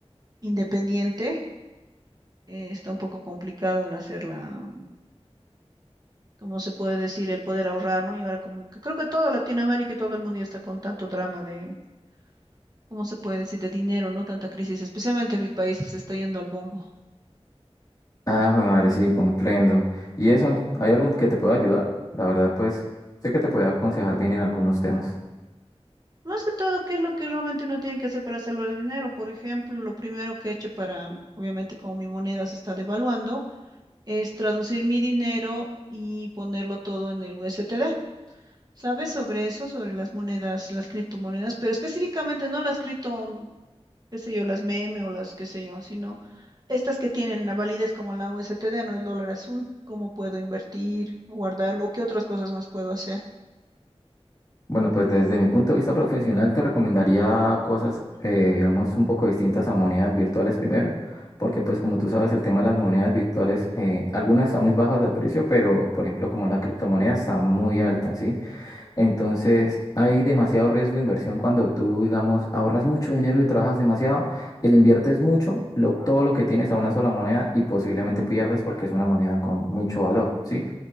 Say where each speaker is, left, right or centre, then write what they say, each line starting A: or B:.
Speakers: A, on the right; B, on the left.
A: independiente, eh, está un poco complicado el hacer la, ¿cómo se puede decir? El poder ahorrar, ¿no? Y ahora como que creo que toda Latinoamérica y todo el mundo ya está con tanto drama de, ¿cómo se puede decir? De dinero, ¿no? Tanta crisis, especialmente en mi país que se está yendo al bombo.
B: Ah, jue madre, sí, comprendo. ¿Y eso? ¿Hay algo que te pueda ayudar? La verdad, pues, sé que te puede aconsejar bien en algunos temas.
A: Más que todo, ¿qué es lo que realmente uno tiene que hacer para salvar el dinero? Por ejemplo, lo primero que he hecho para, obviamente como mi moneda se está devaluando, es traducir mi dinero y ponerlo todo en el USTD. ¿Sabes sobre eso? Sobre las monedas, las criptomonedas, pero específicamente no las cripto, qué sé yo, las meme o las qué sé yo, sino estas que tienen la validez como la USTD, no el dólar azul. ¿Cómo puedo invertir, guardarlo? ¿Qué otras cosas más puedo hacer?
B: Bueno, pues desde mi punto de vista profesional te recomendaría cosas, eh, digamos, un poco distintas a monedas virtuales primero, porque pues como tú sabes, el tema de las monedas virtuales, eh, algunas están muy bajas de precio, pero por ejemplo como la criptomoneda está muy alta, ¿sí? Entonces, hay demasiado riesgo de inversión cuando tú, digamos, ahorras mucho dinero y trabajas demasiado, y le inviertes mucho, lo- todo lo que tienes a una sola moneda y posiblemente pierdas porque es una moneda con mucho valor, ¿sí?